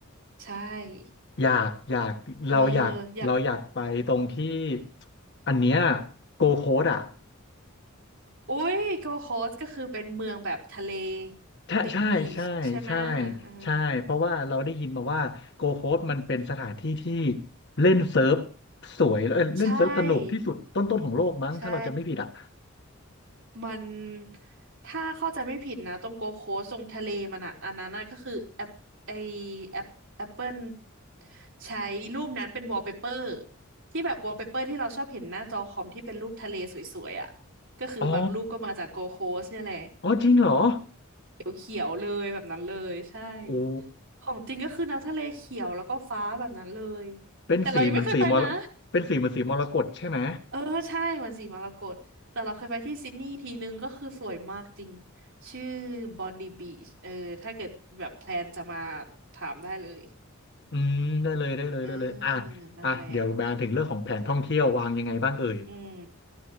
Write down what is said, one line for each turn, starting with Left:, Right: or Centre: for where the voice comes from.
Right: ใช่
Left: อยากอยากเราอยากเราอยากไปตรงที่
Right: เอออยาก
Left: อันเนี้ยโกโค้ดอ่ะ
Right: อุ้ยโกโคสก็คือเป็นเมืองแบบทะเล
Left: ใช่ใช่ใช่ใช่
Right: ติดบีชใช่ไหมยเออ
Left: ใช่เพราะว่าเราได้ยินมาว่าโกโค้ดมันเป็นสถานที่ที่เล่นเซิร์ฟสวยแล้วเอ้ยเล่นเซิร์ฟสนุกที่สุดต้นๆของโลกมั้งถ้าเราจำไม่ผิดอ่ะ
Right: ใช่ใช่ มันถ้าเข้าใจไม่ผิดนะตรงโกโคสตรงทะเลมันอะอันนั้นน่ะก็คือแอปไอแอปแอปเปิลใช้รูปนั้นเป็นวอลเปเปอร์ที่แบบวอลเปเปอร์ที่เราชอบเห็นหน้าจอคอมที่เป็นรูปทะเลสวยๆอะก็คือบางรูปก็มาจากโกโคสเนี่ยแหละ
Left: อ๋ออ๋อจริงเหรอ
Right: เขียวๆเลยแบบนั้นเลยใช่
Left: โอ้
Right: ของจริงก็คือน้ำทะเลเขียวแล้วก็ฟ้าแบบนั้นเลย
Left: เป็นสีเหมือนสีมรเป็นสีเหมือนสีมรกตใช่ไหม
Right: แต่เรายังไม่เคยไปนะ เออใช่มันสีมรกตแต่เราเคยไปที่ซิดนีย์ทีนึงก็คือสวยมากจริงชื่อบอนดีบีชเออถ้าเกิดแบบแพลนจะมาถามได้เลย
Left: อืมได้เลยได้เลยได้เลยอ่ะ
Right: เออนั่นแหละ
Left: อ่ะเดี๋ยวแบนถึงเรื่องของแผนท่องเที่ยววางยังไงบ้างเอ่ย
Right: อืม